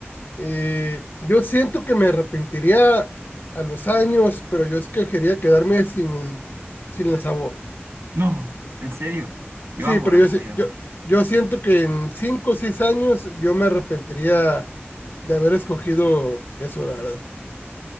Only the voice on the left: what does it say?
Eh, yo siento que me arrepentiría a los años, pero yo es que quería quedarme sin el, sin el sabor.
Sí,
pero
yo,
sí- yo, yo siento que en cinco o seis años yo me arrepentiría de haber escogido eso, la verdad.